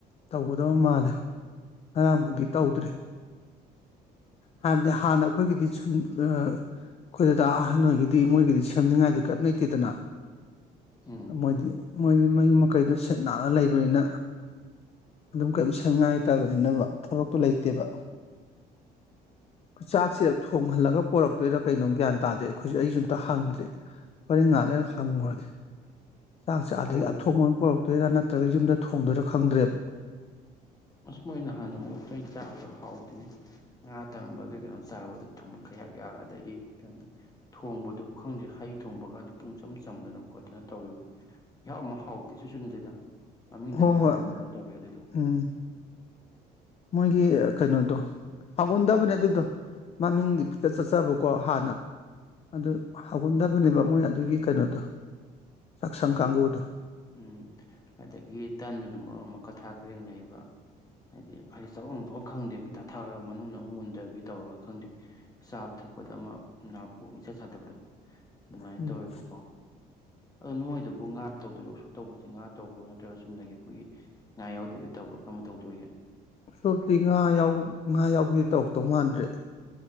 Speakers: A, on the left (about 35°); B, on the left (about 20°).
A: ꯇꯧꯒꯗꯕ ꯃꯥꯜꯂꯦ ꯉꯔꯥꯡꯕꯨꯗꯤ ꯇꯧꯗ꯭ꯔꯤ ꯍꯥꯏꯕꯗꯤ ꯍꯥꯟꯅ ꯑꯈꯣꯏꯒꯤꯗꯤ ꯅ ꯑꯈꯣꯏ ꯗꯥꯗꯥ ꯑꯍꯟꯍꯣꯏꯒꯤꯗꯤ ꯃꯣꯏꯒꯤꯗꯤ ꯁꯦꯝꯅꯤꯡꯉꯥꯏꯗꯤ ꯀꯩꯝ ꯂꯩꯇꯦꯗꯅ
B: ꯎꯝ
A: ꯃꯣꯏꯗꯤ ꯃꯣꯏꯗꯤ ꯃꯌꯨꯝ ꯃꯀꯩꯗꯣ ꯁꯤꯠ ꯅꯥꯜꯂ ꯂꯩꯕꯅꯤꯅ ꯑꯗꯨꯝ ꯀꯩꯝ ꯁꯦꯝꯅꯤꯡꯉꯥꯏ ꯂꯩꯇꯕꯅꯤꯅꯕ ꯊꯕꯛꯇꯣ ꯂꯩꯇꯦꯕ ꯆꯥꯛꯁꯦ ꯊꯣꯡꯍꯜꯂꯒ ꯄꯣꯔꯛꯇꯨꯏꯔꯥ ꯀꯩꯅꯣ ꯒ꯭ꯌꯥꯟ ꯇꯥꯗꯦ ꯑꯩꯈꯣꯏꯖꯨ ꯑꯩꯖꯨ ꯑꯝꯇ ꯍꯪꯗ꯭ꯔꯤ ꯍꯣꯔꯦꯟ ꯉꯍꯥꯛ ꯂꯩꯔꯒ ꯍꯪꯉꯨꯔꯒꯦ ꯆꯥꯛꯁꯦ ꯑꯥꯗꯒꯤ
B: ꯑꯣ
A: ꯑꯊꯣꯡꯕ ꯑꯣꯏꯅ ꯄꯨꯔꯛꯇꯨꯏꯔꯥ ꯅꯠꯇ꯭ꯔꯒ ꯌꯨꯝꯗ ꯊꯣꯡꯗꯨꯏꯔꯥ ꯈꯪꯗ꯭ꯔꯦꯕ
B: ꯑꯁ ꯃꯣꯏ ꯅꯍꯥꯟ ꯑꯃꯨꯛ ꯇꯣꯏ ꯆꯥꯕꯗꯣ ꯍꯥꯎꯇꯦꯅꯦ ꯉꯥ ꯇꯪꯕꯒꯤ ꯀꯩꯅꯣ ꯆꯥꯕꯗꯣ ꯊꯨꯝ ꯈꯌꯥꯛ ꯌꯥꯛ ꯑꯗꯒꯤ ꯀꯩꯝ ꯊꯣꯡꯕꯗꯨꯕꯨ ꯈꯪꯗꯦ ꯍꯩ ꯊꯣꯡꯕꯒ ꯑꯗꯨ ꯄꯨꯡꯆꯝ ꯆꯝꯗꯅ ꯈꯣꯠꯇꯅ ꯇꯧꯋꯦꯕ ꯏꯍꯥꯎ ꯑꯃ ꯍꯥꯎꯇꯦ ꯏꯆꯨ ꯆꯨꯅꯗꯦꯗ ꯃꯃꯤꯡꯗꯪ
A: ꯍꯣ
B: ꯉꯥꯏꯍꯧꯔ
A: ꯍꯣꯏ
B: ꯀꯩꯅꯣꯝ ꯇꯧꯋꯦ ꯑꯗꯨꯏꯗꯣ
A: ꯎꯝ ꯃꯣꯏꯒꯤ ꯀꯩꯅꯣꯗꯣ ꯍꯥꯎꯒꯟꯗꯕꯅꯦ ꯑꯗꯨꯗꯣ ꯃꯃꯤꯡꯗꯤ ꯄꯨꯛꯆꯠ ꯆꯠꯆꯕꯀꯣ ꯍꯥꯟꯅ ꯑꯗꯨ ꯍꯧꯒꯟꯗꯕꯅꯦꯕ ꯃꯣꯏ ꯑꯗꯨꯒꯤ ꯀꯩꯅꯣꯗꯣ ꯆꯥꯛꯁꯪ
B: ꯑꯗꯒꯤ
A: ꯀꯥꯡꯒꯨꯗꯣ
B: ꯎꯝ ꯑꯗꯒꯤ ꯇꯟꯗꯨꯅ ꯃꯔꯣꯟ ꯑꯃ ꯀꯊꯥ ꯈꯔꯦꯡꯅꯩꯕ ꯍꯥꯏꯗꯤ ꯍꯥꯏꯗꯤ ꯆꯥꯕꯝ ꯂꯥꯛꯐꯝ ꯈꯪꯗꯃꯤ ꯏꯊꯥ ꯊꯥꯔꯒ ꯃꯅꯨꯡꯅ ꯑꯃꯨꯛ ꯃꯨꯟꯗꯕꯤ ꯇꯧꯔꯒ ꯈꯪꯗꯦ ꯆꯥꯕ ꯊꯛꯄꯗ ꯑꯃ ꯅꯥꯄꯨ ꯑꯃ ꯏꯆꯥ ꯆꯥꯗꯕꯗꯣ ꯑꯗꯨꯃꯥꯏꯟ
A: ꯎꯝ
B: ꯇꯧꯋꯦꯕꯀꯣ ꯑꯗꯣ ꯅꯣꯏꯗꯨꯕꯨ ꯉꯥ ꯇꯧꯗꯨꯏꯔꯣ ꯎꯁꯣꯞ ꯇꯧꯕꯁꯦ ꯉꯥ ꯇꯧꯕ꯭ꯔꯣ ꯅꯠꯇ꯭ꯔꯒ ꯆꯨꯝꯅꯒꯤ ꯑꯩꯈꯣꯏꯒꯤ ꯉꯥ ꯌꯥꯎꯗꯕꯤ ꯇꯧꯕ꯭ꯔꯣ ꯀꯔꯝꯕ ꯇꯧꯗꯨꯏꯒꯦ
A: ꯎꯁꯣꯞꯇꯤ ꯉꯥ ꯌꯥꯎꯕ ꯉꯥ ꯌꯥꯎꯕꯤ ꯇꯧꯔꯛꯇꯧ ꯃꯥꯟꯗ꯭ꯔꯦ